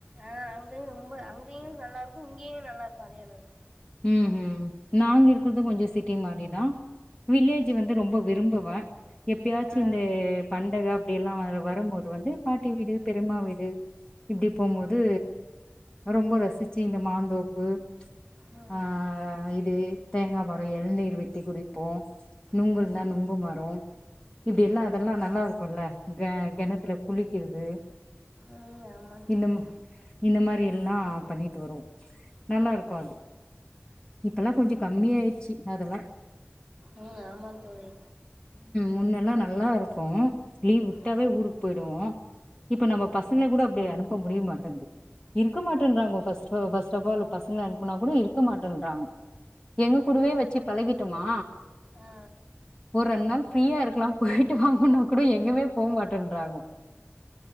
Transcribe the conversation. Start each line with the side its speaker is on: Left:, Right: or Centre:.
Centre: ஆஹ் அங்கும் ரொம்ப அங்க ும் நல்லா இருக்கும் இங்கேயும் நல்லா இருக்கும் வளையளவு
Left: ம் உம் நாங்க இருக்கறதும் கொஞ்சம் சிக்க பத்தி மாதிரிதான் வில்லேஜ்
Centre: ம்
Left: வந்து ரொம்ப விரும்புவன் எப்பயாச்சும்
Centre: ஆ
Left: இந்த பண்டகை அப்படி எல்லாம் வ வரும்போது வந்து பாட்டி வீடு பெருமா வீடு இப்படி போகும்போது ரொம்ப ரசிச்சு இந்த மாந்தோப்பு
Centre: ம்
Left: ஆஹ் இது தேங்காய் மரம் எழ்நீர் வெட்டி குடிப்போம் நுங்குல்்தான்
Centre: ம்
Left: நுங்கு மரம் இப்படி எல்லாம் அதெல்லாம் நல்லா இருக்கும்ல்ல க கிணத்துல குளிக்கிறது
Centre: ம் ஆமாம்
Left: இ
Centre: தோழி
Left: இந்த மாதிரி எல்லாம் பண்ணிட்டு வருவோம் நல்லா இருக்கும் அது இப்பல்லாம் கொஞ்சம் கம்மிய ஆயிடுச்சு அதெல்லாம்
Centre: உம் ஆமா தோழி
Left: முன்னெல்லாம் நல்லா இருக்கும் லீவ் விட்டாவே
Centre: ஆ
Left: ஊருக்கு போயவோம் இப்ப நம்ம
Centre: ம்
Left: பசங்களை கூட அப்படி அனுப்ப முடிய மாட்டேது இருக்க மாட்டேநூறாங்க பரஸ்ட்பால் இருக்க மாட்டேன்றாங்க எங்க கூடவே
Centre: ஆ
Left: வச்சு பழகட்டுமா
Centre: ஆ
Left: ஒரு ரெண்டு நாள் ஃப்ரீயா இருக்கலாம் போயிட்டு வாங்கனா கூட எங்கமே போக மாட்டேன்றாங்கோ